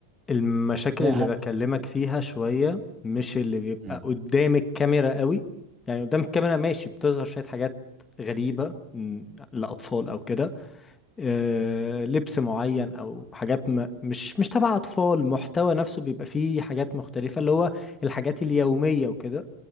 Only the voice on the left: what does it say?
المشاكل
اللي بكلمك
فيها شوية مش اللي بيبقى
قدام الكاميرا قوي يعني قدام الكاميرا ماشي بتظهر شوية حاجات غريبة م، لأطفال أو كده آه، لبس معين أو حاجات م- مش مش تبع أطفال محتوى نفسه بيبقى فيه حاجات مختلفة اللي هو الحاجات اليومية وكده